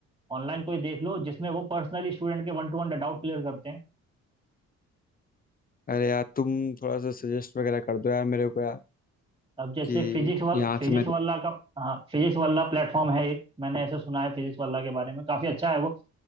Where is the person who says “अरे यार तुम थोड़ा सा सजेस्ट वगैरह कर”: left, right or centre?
Left